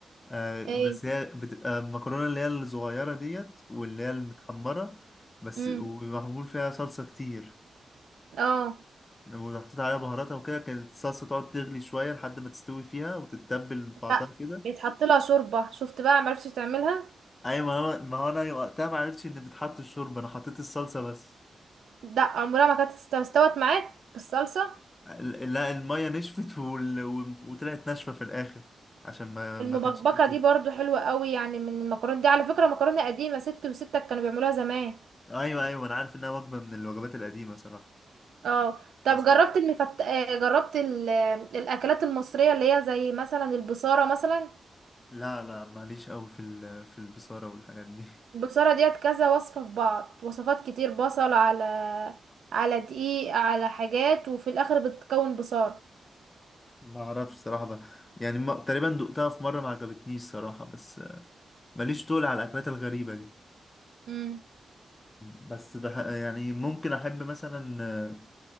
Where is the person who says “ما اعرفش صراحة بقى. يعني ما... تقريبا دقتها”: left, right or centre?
Left